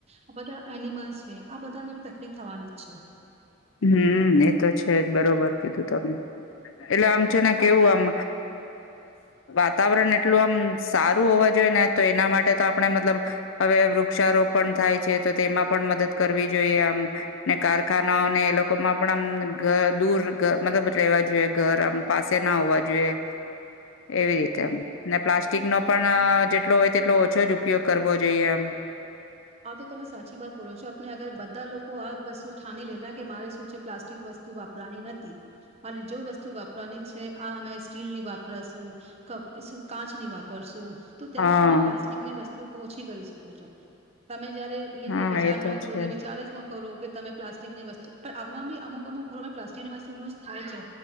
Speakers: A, on the right (about 30°); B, on the left (about 70°).
A: આ બધા એનિમલ્ છે. આ બધા <unintelligible>
B: હમ એતો છે જ બરોબર કીધું. એટલે આમ છે ને કેવું આમ વાતાવરણ એટલું આમ સારું હોવા જોઈએ ને તો એના માટે તો આપણે મતલબ હવે વૃક્ષારોપણ થાય છે. તો તેમાં પણ મદદ કરવી જોઈએ. આમ ને કારખાના ને એ લોકોમાં પણમ દૂર મતલબ લેવા જોઈએ ઘર આમ પાસે ના હોવા જોઈએ. એવી રીતેમ. ને પ્લાસ્ટિક નો પણ જેટલો હોય તેટલો ઓછો જ ઉપયોગ કરવો જોઈએ એમ.
A: આ તો તમે સાચી વાત બોલો છો. આપને અગર બધા લોકો આ બસો <unintelligible> કે મારે શું છે પ્લાસ્ટિક વસ્તુ વાપરવાની નથી. <unintelligible> ની છે. આ અમે સ્ટીલ ની વાપ. <unintelligible> તો ત્યારે
B: હા
A: તમે પ્લાસ્ટિકની વસ્તુ. શું ઓછી કરી શકો છો. તમે જ.
B: હા
A: વિચાર
B: એ
A: નો
B: તો
A: હો
B: છે
A: વિચાર જ નો. ખો કે તમે પ્લાસ્ટિકની વસ્તુ પણ આમાં બી અમુક અમુક ઘરોમાં પ્લાસ્ટિકની વસ્તુ યુઝ થાય છે.